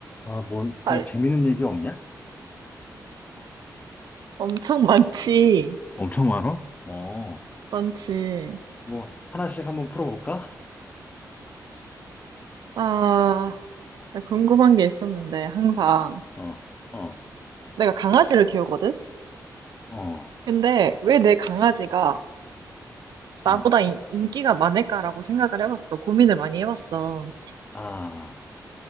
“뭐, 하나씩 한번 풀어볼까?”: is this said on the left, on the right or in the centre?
Left